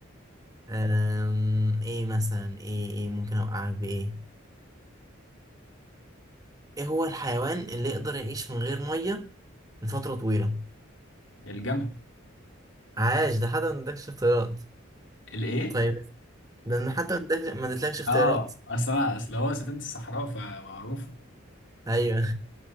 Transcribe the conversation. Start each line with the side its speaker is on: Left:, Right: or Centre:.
Right: أم... ايه مثلا ايه ايه ممكن اوقعك بايه ايه هو الحيوان اللي يقدر يعيش من غير مية لفترة طويلة
Left: الجمل
Right: عاش ده حتى ما ادكش اختيارات
Left: الايه
Right: طيب ده انا حتى ما ادكش ما ادتلكش اختيارات
Left: اه اصل انا اصل هو سفينة الصحراء فمعروفة
Right: ايوه